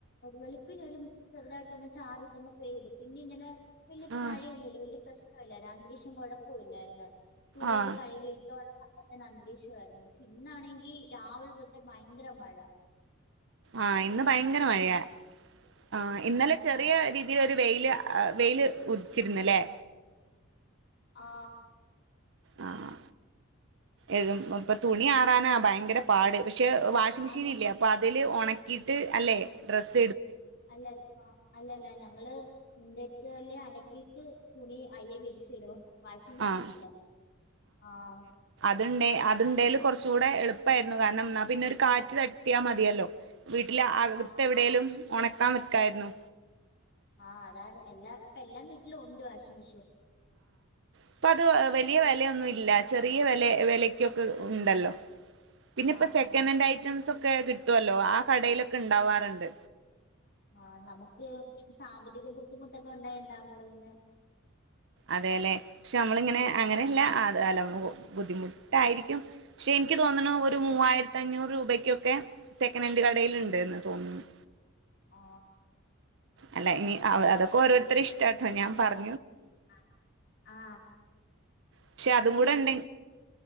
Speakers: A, on the left; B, on the right.
A: വെളുപ്പിന് ഒരു ചെറുതായിട്ടോന്ന് ചാറി ങ്ങ <unintelligible> പെയ്ത് പിന്നെ ഇന്നലെ വല്യ
B: ആഹ്
A: മഴയൊന്നുല്ല വല്യ പ്രശ്നവും ഇല്ലായിരുന്നു അന്തരീക്ഷം കൊഴപ്പമില്ലായിരുന്നു തുണിയൊക്കെ
B: ആഹ്
A: കഴുകി <unintelligible> അന്തരീക്ഷാ യിരുന്നു. ഇന്നാണെങ്കി രാവിലെ തൊട്ട് മഴ ങ്കരമഴ
B: ആഹ ഇന്ന് ഭയങ്കര മഴയാ ആ ഇന്നലെ ചെറിയ
A: ആഹ്
B: രീതിലൊരു വെയിലാ ആ വെയില് ഉദിച്ചിരുന്ന്ല്ലേ
A: ആ
B: അ ആ ഏതും ഇപ്പൊ തുണി ആറാനാ ഭയങ്കര പാട് പക്ഷെ വാഷിംഗ്
A: ആന്ന്
B: മിഷീനില്ലേ അപ്പൊ അതില് ഒണക്കീട്ട് അല്ലേ ഡ്രസ്
A: അല്ലല്ല അല്ലല്ല ഞങ്ങള് <unintelligible> അലക്കീട്ട് തുണി അയ്യെയെ വിരിച്ചിടോ? വാഷിംഗ് മെഷീൻ
B: ആഹ്
A: ഇല്ല ആഹ
B: <unintelligible> അത് ഇണ്ടേല് കൊർച്ചൂടെ എളുപ്പായിരുന്നു കാരണം എന്നാ പിന്നെ ഒരു കാറ്റ് തട്ടിയാ മതിയല്ലോ. വീട്ടിലെ അ അകത്തെവിടെലും
A: ആ
B: ഒണക്കാൻ വക്കായിർന്നു.
A: ആ അതാണ് എല്ലാ ഇപ്പൊ എല്ലാം വീട്ടിലും ഒണ്ട് വാഷിംഗ് മിഷീൻ
B: ഇപ്പത് വലിയ വെലയൊന്നും ഇല്ല ചെറിയ വെല വെലക്കൊക്കെ ഉണ്ടല്ലോ പിന്നെ ഇപ്പ
A: ആഹ്
B: സെക്കനൻഡ്
A: ആഹ്
B: ഐറ്റംസ് ഒക്കെ കിട്ടൊല്ലോ, ആ കടയിലൊക്കെ ഇണ്ടാവാറുണ്ട്.
A: ആഹ നമക്ക് സാമ്പത്തിക ബുദ്ധിമുട്ടൊക്കെ ഉണ്ടായോണ്ടമ്മള് പിന്നെ
B: അതേലെ പക്ഷെ അമ്മളിങ്ങനെ അങ്ങനെല്ലാ
A: ആഹ്
B: അ <unintelligible> ബുദ്ധിമുട്ടായിരിക്കും പക്ഷെ ഇനിക്ക് തോന്നുണു
A: ആഹ്
B: ഒരു മൂവായിരത്തി പത്തഞ്ഞൂറ് രൂപയ്ക്കൊക്കെ സെക്കനന്റ് കടയില്ണ്ട്ന്ന തോന്നുന്നേ
A: ആ
B: അല്ല ഇനി അ ഒ അതൊക്കെ ഓരോരുത്തരെ ഇഷ്ടാട്ടോ ഞാൻ പറഞ്ഞ
A: അ അആ
B: പക്ഷെ
A: പിന്നെ
B: അതും കൂടെ ഉണ്ടെ